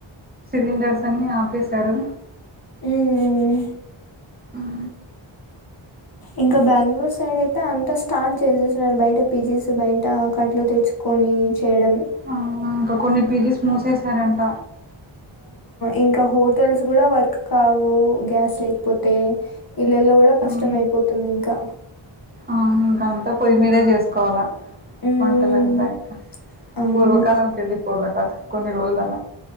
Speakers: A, on the right; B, on the left.
A: సిలిండర్స్ అన్ని ఆపేశారు
B: ఉమ్
A: ఆ
B: ఇంక బెంగళూరు సైడ్ అయితే అంత స్టార్ట్ చేసేసినారు బయట పీజీ స్ బయట కట్లు తెచ్చుకొని చేయడం
A: ఆ ఇంకా కొన్ని పీజీ స్ మూసేశారంట
B: ఇంక హోటల్స్ కూడా వర్క్ కావు గ్యాస్ లేకపోతే ఇళ్లల్లో కూడా కష్టం
A: మ్మ్.
B: అయిపోతుంది ఇంకా
A: అవును ఇంకా అంతా పొయ్యి మీదే చేసుకోవాలా
B: మ్మ్
A: వంటలంతా ఇంకా
B: అవును
A: పాత కాలంకి వెళ్ళిపోవాల క కొన్ని రోజులన్నా